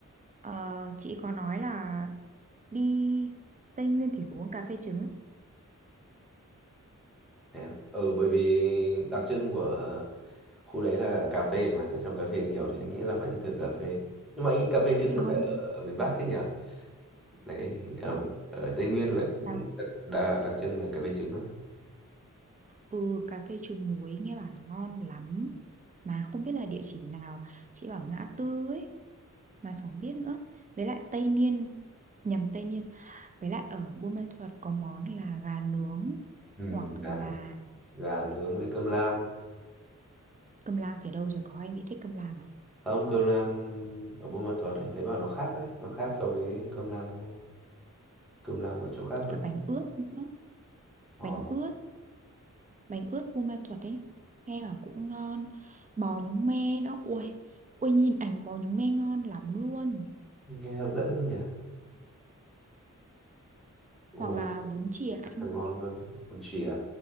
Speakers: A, on the right; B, in the centre.
A: ờ, chị có nói là đi Tây Nguyên thì phải uống cà phê trứng
B: Thế à? Ừ, bởi vì đặc trưng của khu đấy là cà phê mà, đã trồng cà phê nhiều thì anh nghĩ là vẫn thử cà phê. Nhưng mà anh nghĩ cà phê trứng
A: không
B: nó phải ở, ở miền Bắc chứ nhở? Lại ở, ở Tây Nguyên là cũng
A: à,
B: đặc, đặc, đặc trưng là cà phê trứng á.
A: ừ cà phê trứng muối nghe bảo là ngon lắm mà không biết là địa chỉ nào chị bảo ngã tư ấy mà chẳng biết nữa với lại Tây Niên nhầm Tây Niên với lại ở Buôn Ma Thuột có món là gà nướng
B: Ừ,
A: hoặc là
B: gà, gà nướng với cơm lam.
A: cơm lam thì đâu rồi có anh bị thích cơm lam à
B: Ông cơm lam ở Buôn Ma Thuột anh thấy bảo nó khác đấy, nó khác so với cơm lam cơm lam ở chỗ khác đấy.
A: cả bánh ướt nữa
B: Ồ,
A: bánh ướt bánh ướt Buôn Ma Thuột ấy nghe bảo cũng ngon bò nhúng me nữa ui ui nhìn ảnh bò nhúng me ngon lắm luôn
B: nghe hấp dẫn đấy nhỉ. Ồ,
A: hoặc là bún chìa
B: nhìn
A: anh
B: rất là ngon luôn. đấy. Bún chìa,